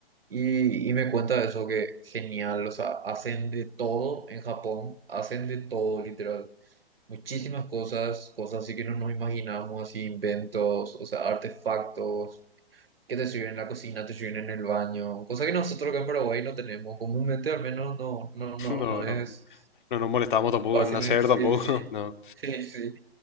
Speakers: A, on the right (about 65°); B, on the left (about 50°).
A: Y, y me cuenta de eso, que genial, o sea, hacen de todo en Japón, hacen de todo, literal. Muchísimas cosas, cosas así que no nos imaginamos, así inventos, o sea, artefactos que te sirven en la cocina, te sirven en el baño, cosa que nosotros acá en Paraguay no tenemos, comúnmente al menos no, no,
B: <laughs>
A: no,
B: No,
A: no
B: no,
A: es
B: no nos molestamos tampoco
A: fácil,
B: en nacer
A: ¿eh? sí,
B: tampoco,
A: sí,
B: <laughs> no.
A: sí, sí, sí,